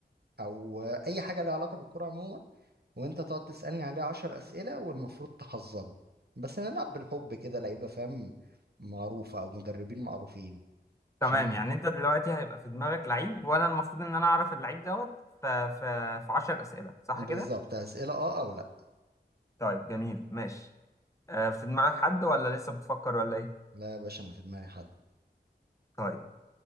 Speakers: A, on the right (about 60°); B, on the left (about 15°).
A: او اي حاجة ليها علاقة بالكورة عموما وانت تقعد تسألني عليه عشر أسئلة والمفروض تحذره بس نلعب بالحب كده لعيبة فاهم معروفة او مدربين معروفين
B: تمام
A: عشان
B: يعني انت دلوقتي هيبقى في دماغك لعيب وانا المفروض ان انا اعرف اللعيب دوت ف- ف- في 10 اسئله صح
A: بالظبط
B: كده
A: أسئلة اه او لا
B: طيب جميل ماشي آه، في دماغك حد ولا لسه بتفكر ولا ايه
A: لا يا باشا انا في دماغي حد
B: طيب